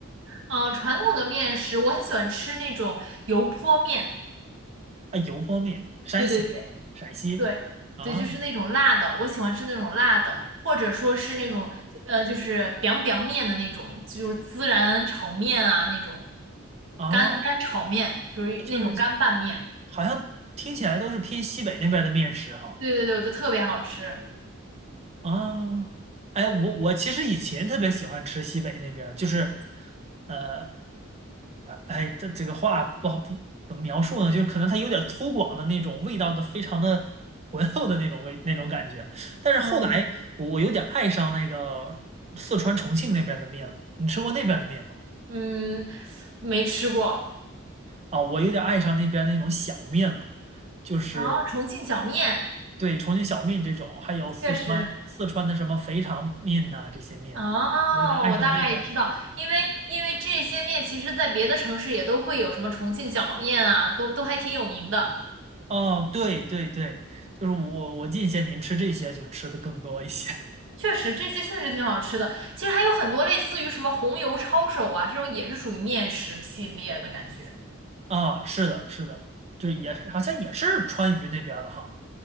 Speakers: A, on the right; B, on the right.
A: 嗯，传统的面食我很喜欢吃那种油泼面，
B: 啊，油泼面，山西的啊，
A: 对对对。
B: 陕西啊
A: 对，对，就是那种辣的，我喜欢吃那种辣的，或者说是那种呃，就是 biang biang 面的那种，就是孜然炒面啊那种，
B: 啊，
A: 干干炒面，就是那种干拌面。
B: 就是好像听起来都是偏西北那边的面食哈。
A: 对对对，我觉得特别好吃。
B: 啊，哎，我我其实以前特别喜欢吃西北那边儿就是，呃，哎，这这个话不好不怎么描述呢，就是可能它有点粗犷的那种味道的，非常的浑厚的那种味那种感觉。但是后来我我有点爱上那个四川重庆那边儿的面了，
A: 嗯，
B: 你吃过那边儿的面吗？
A: 嗯，没吃过
B: 啊，我有点爱上那边儿那种小面了，就是
A: 啊，重庆小面
B: 对重庆小面这种，还有四川四川的什么肥肠面呐、
A: 确实
B: 这些面，
A: 哦，
B: 我有点爱上那种了。
A: 我大概知道，因为因为这些面其实在别的城市也都会有什么重庆小面啊，都都还挺有名的。
B: 哦，对对对，就是我我近些年吃这些就吃的更多一些
A: 确实这些确实挺好吃的。其实还有很多类似于什么红油抄手啊，这种也是属于面食系列的感觉。
B: <laughs> 啊，是的，是的，就是也好像也是川渝那边儿的哈。